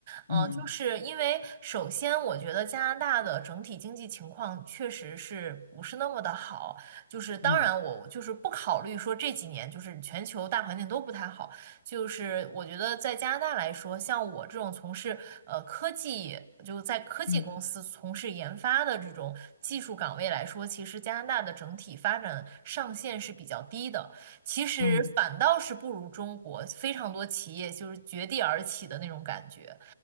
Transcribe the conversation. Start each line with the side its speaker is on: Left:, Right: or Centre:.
Right: 呃，
Left: 嗯
Right: 就是因为首先我觉得加拿大的整体经济情况确实是不是那么的好，就是当然我就是不考虑说这几年就是全球大环境都不太好，
Left: 嗯
Right: 就是我觉得在加拿大来说，像我这种从事呃科技就在科技公司从事研发的这种技术岗位来说，
Left: 嗯
Right: 其实加拿大的整体发展上限是比较低的。其实反倒是不如中国非常多企业就是绝地而起的那种感觉，
Left: 嗯，